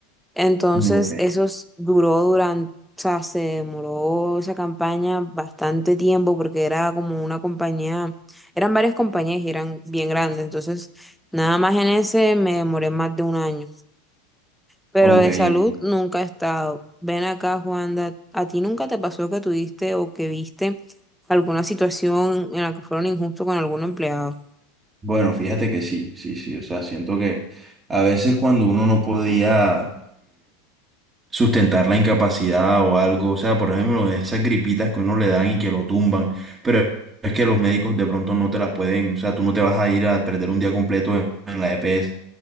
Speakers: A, in the centre; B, on the right (about 15°).
A: Entonces,
B: Mm, ok.
A: eso s- duró durante, o sea, se demoró esa campaña bastante tiempo porque era como una compañía, eran varias compañías y eran bien grandes, entonces, nada más en ese me demoré más de un año pero
B: Ok,
A: de
B: en-
A: salud nunca he estado. Ven acá, Juanda, ¿a ti nunca te pasó que tuviste o que viste alguna situación en la que fueron injustos con algún empleado?
B: bueno, fíjate que sí, sí, sí, o sea, siento que a veces cuando uno no podía sustentar la incapacidad o algo. O sea, por ejemplo, esas gripitas que uno le dan y que lo tumban, pero es que los médicos de pronto no te la pueden, o sea, tú no te vas a ir a perder un día completo en, en la EPS